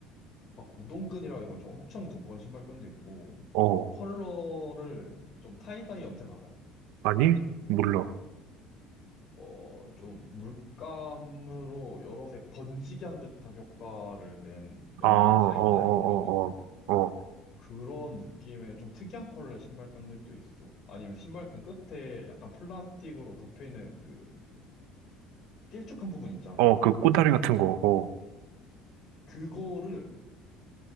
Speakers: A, on the left (about 45°); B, on the right (about 80°).
A: 막 우동끈이라 해가지고 엄청 두꺼운 신발끈도 있고,
B: 어,
A: 컬러를 좀 타이다이 염색 알아?
B: 아니? 몰라.
A: 어, 좀 물감으로 여러 색 번지게 한 듯한 효과를 낸 염색을
B: 아, 어, 어,
A: 타이다이라고 하거든.
B: 어, 어, 어,
A: 그런 느낌의 좀 특이한 컬러의 신발끈들도 있어. 아니면 신발끈 끝에 약간 플라스틱으로 덮여있는 그 길쭉한 부분 있잖아.
B: 어, 그 꼬다리
A: 딱딱.
B: 같은 거, 어,
A: 그거를